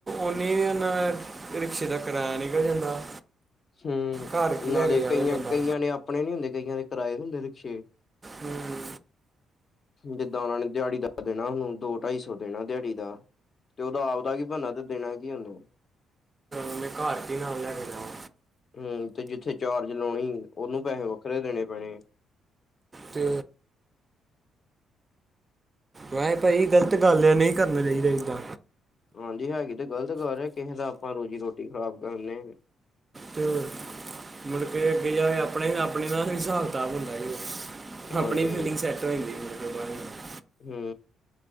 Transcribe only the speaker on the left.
ਹੂ
ਨਾਲੇ
ਕਈਆਂ
ਕਈਆਂ ਨੇ ਆਪਣੇ ਨੀ ਹੁੰਦੇ ਕਈਆਂ ਨੇ ਕਰਾਏ ਹੁੰਦੇ ਰਿਕਸ਼ੇ
ਜਿੱਦਾਂ ਉਹਨਾਂ ਨੇ ਦਿਹਾੜੀ ਦਾ ਦੇਣਾ ਉਹਨੂੰ ਦੋ ਢਾਈ ਸੌ ਦੇਣਾ ਦਿਹਾੜੀ ਦਾ ਤੇ ਉਹਦਾ ਆਪਦਾ ਕੀ ਬੰਨ ਤੇ ਦੇਣਾ ਕੀ ਉਹਨੂੰ
ਹੂ ਤੇ ਜਿੱਥੇ ਚਾਰਜ ਲਾਉਣੀ ਉਹਨੂੰ ਪੈਸੇ ਵੱਖਰੇ ਦੇਣੇ ਪੈਣੇ
ਹਾਂਜੀ ਹੈਗੀ ਤੇ ਗ਼ਲਤ ਗੱਲ ਹੈ ਕਿਸੇ ਦਾ ਆਪਾਂ ਰੋਜ਼ੀ ਰੋਟੀ ਖ਼ਰਾਬ ਕਰਨੇ
ਹਾਂਜੀ।
ਹੂ